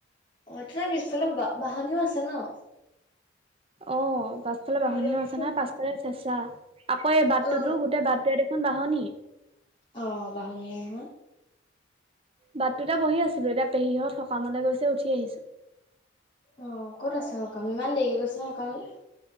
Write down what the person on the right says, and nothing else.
অ পাছফালে বাহনিও
আছে
নহয় পাছফালে চেঁচা আকৌ এই বাটটোতো
গোটে বাটটোৱে দেখো খন বাহনি
বাটটোতে বহি আছিলো এতিয়া পেহীহঁত সকামলে গৈছে উঠি আহিছো।